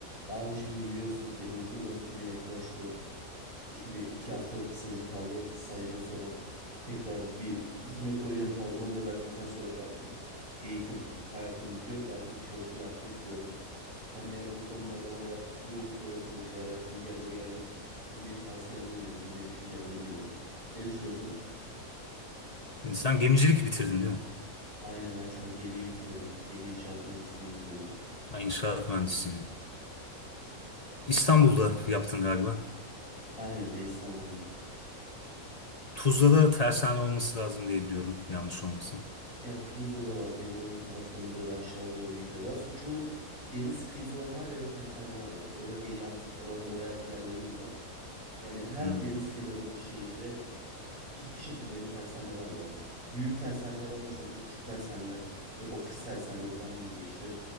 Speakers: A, on the right; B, on the left.
A: Abi şimdi biliyorsun benim okulda bitmeye yaklaştı. Şimdi iki haftalık bir stajım kaldı. Stajdan sonra tekrar bir bitirme projem kaldı. Onu da verdikten sonra bir artık eğitim hayatım bitiyor. Daha çok çalışma hayatına atılıyorum. Sen de yani bu konularda bayağı iyi okullar okudun, şeyler yaptın, iyi yerlere geldin. Senin de bir tavsiye alayım dedim. Senin de bir düşüncen alayım dedim. Ne düşünüyorsun?
B: Şimdi sen gemicilik bitirdin değil mi?
A: Aynen ben şu an gemiyi bitiriyorum. Gemi inşaat mühendisliğini bitiriyorum.
B: Ya inşaat mühendisliğini. İstanbul'da yaptın galiba.
A: Aynen eş zamanlı.
B: Tuzla'da tersane olması lazım diye biliyorum. Yanlış olmasın.
A: Ya Tuzla'da var, Yalova taraflarına doğru aşağılara doğru gidiyor. Daha sonra çoğu deniz kıyısı olan her yerde tersane var ya. Özellikle yat alanında bayağı ilerledi bunlar. Yani her
B: Hmm,
A: deniz kenarı bir şehirde bir, bir şekilde bir tersane var ya. Büyük tersaneler olmasa bile küçük tersaneler, böyle ofis tersaneleri falan diye geçiyor.